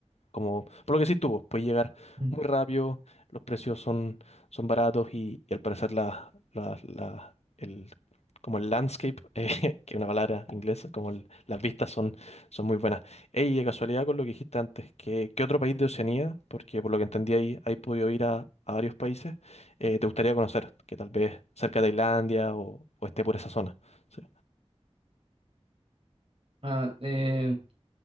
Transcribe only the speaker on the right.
Mm.
Ah, eh,